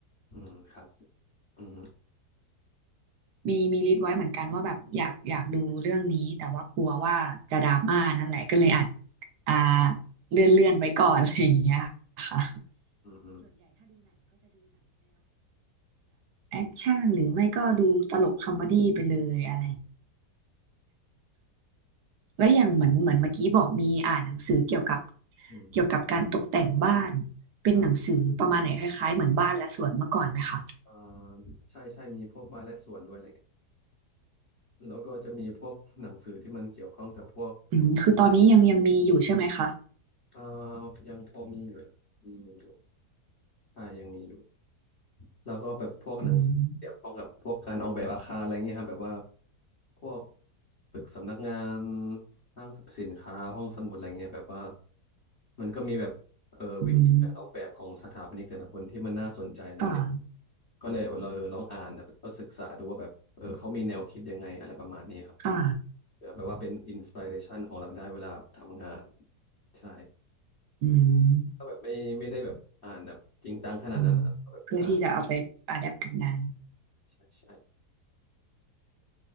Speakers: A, on the left; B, on the right.
A: อืมครับอืม
B: มีมีลิสต์ไว้เหมือนกันว่าแบบอยากอยากดูเรื่องนี้แต่ว่ากลัวว่าจะดราม่านั่นแหละก็เลยอัดอ่าเลื่อนเลื่อนไว้ก่อนอะไรอย่างเงี้ยค่ะ
A: อืมอืม
B: แอคชั่นหรือไม่ก็ดูตลกคอมเมดี้ไปเลยอะไรแล้วอย่างเหมือนเหมือนเมื่อกี้บอกมีอ่านหนังสือเกี่ยวกับ
A: อืม
B: เกี่ยวกับการตกแต่งบ้านเป็นหนังสือประมาณไหนคล้ายๆเหมือนบ้านและสวนเมื่อก่อนไหมคะ
A: ครับอ่าใช่ใช่มีพวกบาร์และสวนด้วยอะไรเงี้ยแล้วก็จะมีพวกหนังสือที่มันเกี่ยวข้องกับพวก
B: อืมคือตอนนี้ยังยังมีอยู่ใช่ไหมคะ
A: อ่ายังพอมีอยู่นะมีมีอยู่ใช่ยังมีอยู่ แล้วก็แบบพวกหนังสือเกี่ยวข้องกับพวกการออกแบบอาคารอะไรเงี้ยครับแบบว่า
B: อืม
A: พวกตึกสำนักงานห้างสรรพสินค้าห้องสมุดอะไรเงี้ยแบบว่ามันก็มีแบบเออวิธีการออกแบบของสถาปนิกแต่ละคนที่มันน่าสนใจอะไรเงี้ย
B: อืมค่ะ
A: ก็เลยเราลองอ่านแบบก็ศึกษาดูว่าแบบเออเขามีแนวคิดยังไงอะไรประมาณนี้ครับ
B: ค่ะ
A: เผื่อแบบว่าเป็นอินสปิเรชันของเราได้เวลาทำงานใช่
B: อืม
A: ก็แบบไม่ไม่ได้แบบอ่านแบบจริงจังขนาดนั้นนะครับก็แบบเอออ่าน
B: อืมเพื่อที่จะเอาไปอะแดปกับงาน
A: ใช่ใช่